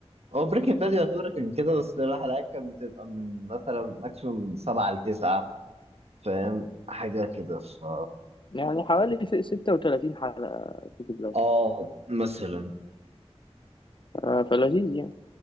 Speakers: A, on the right; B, on the left.
A: هو بريكنج باد يعتبر كان كده بس الحلقات كانت بتبقى من مثلا ماكسيموم من سبعة لتسعة فاهم حاجة كده ف
B: يعني حوالي س- ستة وتلاتين حلقة بيكي بلايندرز
A: اه مثلا
B: آه، فلذيذ يعني